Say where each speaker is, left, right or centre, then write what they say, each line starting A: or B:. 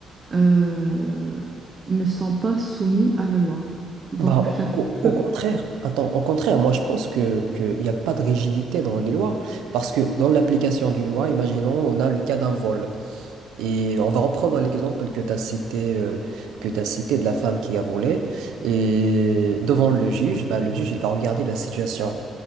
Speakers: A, on the right; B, on the right.
A: euh, ne sont pas soumis à la loi. Donc,
B: Bah,
A: j'ai l'impression
B: au, au- au contraire,
A: que-
B: attends, au contraire, moi je pense que qu'il n'y a pas de rigidité dans les lois, parce que dans l'application du loi, imaginons, on a le cas d'un vol, et on va reprendre l'exemple que tu as cité, euh, que tu cité de la femme qui a volé, et devant le juge, bah, le juge il va regarder la situation,